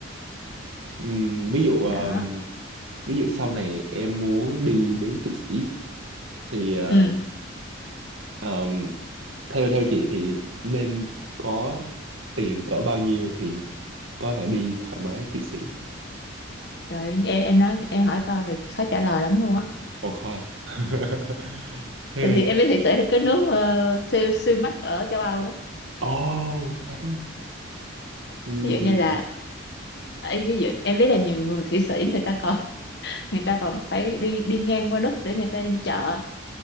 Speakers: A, on the right; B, on the left.
A: Ừm, Ví dụ ờ,
B: đó
A: ví dụ sau này em muốn đi đến Thụy Sĩ thì ờ,
B: ừ
A: ờ, theo theo chị thì nên có tiền cỡ bao nhiêu thì có thể đi thoải mái Thụy Sĩ.
B: trời em em nói em hỏi câu thì khó trả lời lắm luôn á
A: Ồ khoan. <laughs> Ừ.
B: tại vì em biết thị tế là cái nước ờ, siêu siêu mắc ở châu Âu đó
A: Ồ, thật á. Ừ.
B: ví dụ như là ấy, ví dụ em biết là nhiều người Thụy Sĩ người ta còn <laughs> người ta còn phải đi đi ngang qua Đức để người ta đi chợ